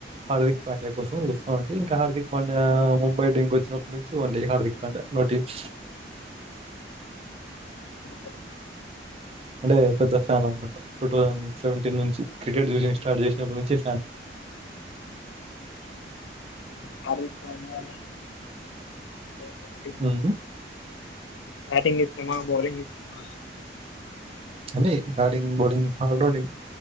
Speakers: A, on the right; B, on the left.
A: Hardik Pandya కోసం చూస్తా ఉంటి ఇంకా హార్దిక్ పాండ్యా ముంబై టీమ్ వచ్చినప్పటి నుంచి only Hardik no teams
B: okay bro
A: అంటే పెద్ద ఫ్యాన్ అన్నమాట టూ థౌజండ్ సెవెంటీన్ నుంచి క్రికెట్ చూసిన స్టార్ట్ చేసినప్పటి నుంచి ఫ్యాన్
B: హార్దిక్ పాండ్య <inaudible>
A: హ్మ్.
B: బ్యాటింగ్ ఇష్టమా బౌలింగ్ ఇష్టమా
A: అంటే batting bowling all rounding